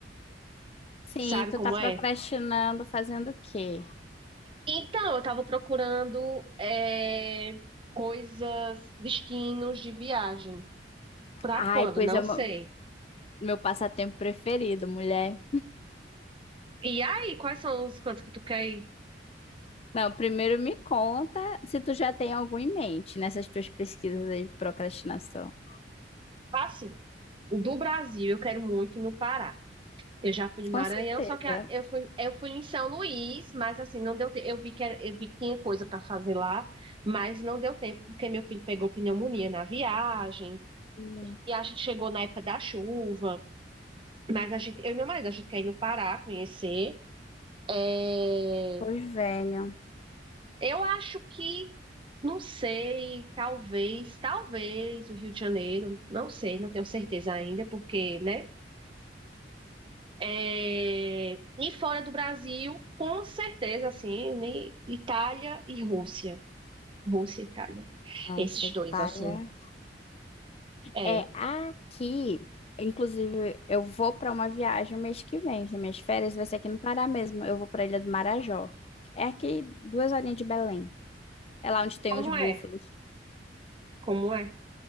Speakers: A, on the left (about 35°); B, on the right (about 30°).
A: sim,
B: Sabe
A: tu
B: como
A: tá procrastinando
B: é?
A: fazendo o quê?
B: Então, eu tava procurando é, coisas, destinos de viagem. Pra
A: Ai,
B: quando?
A: pois
B: Não
A: é o
B: sei.
A: meu meu passatempo preferido, mulher.
B: E aí, quais são os cantos que tu quer ir?
A: Não, primeiro me conta se tu já tem algum em mente nessas tuas pesquisas aí de procrastinação.
B: Assim, o do Brasil eu quero muito ir no Pará. Eu já fui no
A: Com
B: Maranhão,
A: certeza.
B: só que a- eu fui, eu fui em São Luís, mas assim, não deu tempo. Eu vi que, era- eu vi que tinha coisa para fazer lá, mas não deu tempo, porque meu filho pegou pneumonia na viagem,
A: Hum,
B: e a gente chegou na época da chuva. Mas a gente, eu e meu marido, a gente quer ir no Pará conhecer. É,
A: Pois venho.
B: eu acho que, não sei, talvez, talvez o Rio de Janeiro, não sei, não tenho certeza ainda, porque, né? É, e fora do Brasil, com certeza, assim, né, Itália e Rússia. Rússia e Itália.
A: Nossa,
B: Esses
A: Itália.
B: dois, assim. É.
A: É, aqui, inclusive, eu vou para uma viagem no mês que vem. As minhas férias vai ser aqui no Pará mesmo. Eu vou para a Ilha do Marajó. É aqui duas horinhas de Belém. É lá onde tem
B: Como
A: os búfalos.
B: é? Como é?